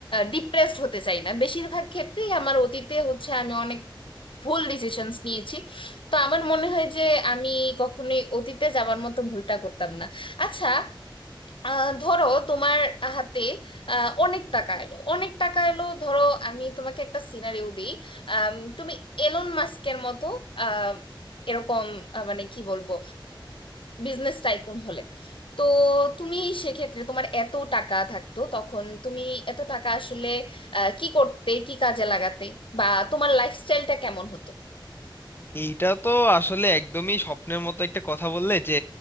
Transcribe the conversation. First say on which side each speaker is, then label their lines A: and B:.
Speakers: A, on the left; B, on the left.
A: ডিপ্রেসড হতে চাই না বেশিরভাগ ক্ষেত্রেই আমার অতীতে হচ্ছে আমি অনেক ভুল ডিসিশনস নিয়েছি তো আমার মনে হয় যে আমি কখনোই অতীতে যাবার মতো ভুলটা করতাম না আচ্ছা আহ, ধরো তোমার হাতে আহ, অনেক টাকা এলো অনেক টাকা এলো ধরো আমি তোমাকে একটা সিনারিও দিই আম, তুমি এলন মাস্কের মতো আহ, এরকম আহ, মানে কি বলবো বিজনেস টাইকুন হলে তো তুমি সেক্ষেত্রে তোমার এত টাকা থাকতো তখন তুমি এত টাকা আসলে আহ, কি করতে কি কাজে লাগাতে বা তোমার লাইফস্টাইলটা কেমন হতো
B: এইটা তো আসলে একদমই স্বপ্নের মতো একটা কথা বললে যে